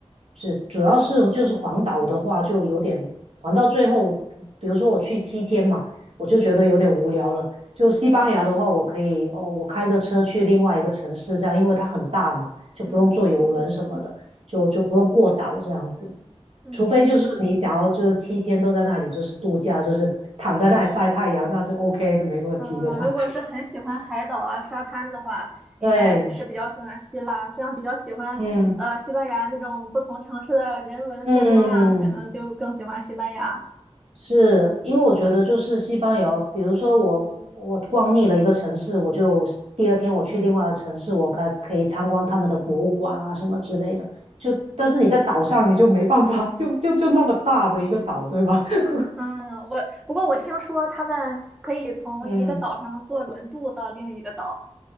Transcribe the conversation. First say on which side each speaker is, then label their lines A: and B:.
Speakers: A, on the right; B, in the centre.
A: 只主要是就是环岛的话，就有点环到最后，比如说我去七天嘛，我就觉得有点无聊了。就西班牙的话，我可以哦，我开个车去另外一个城市，这样因为它很大嘛，就不用坐游轮什么的，
B: 嗯
A: 就就不用过岛这样子。
B: 嗯。
A: 除非就是你想要就是七天都在那里就是度假，就是躺在那里晒太阳，那就 OK 的，没问题，
B: 嗯，
A: 对吧？
B: 如果是很喜欢海岛啊、沙滩的话，应该是比较喜欢希腊。
A: <laughs> 对，
B: 像比较喜欢呃西班牙那种不同城市的人文风光啊，
A: 嗯嗯，
B: 可能就更喜欢西班牙。
A: 是因为我觉得就是西班牙，比如说我我逛腻了一个城市，我就第二天我去另外的城市，我可可以参观他们的博物馆啊什么之类的。就但是你在岛上你就没办法，就就就那么大的一个岛，对吧？<laughs>
B: 嗯，我不过我听说他们可以从一个岛上坐轮渡到另一个岛。
A: 嗯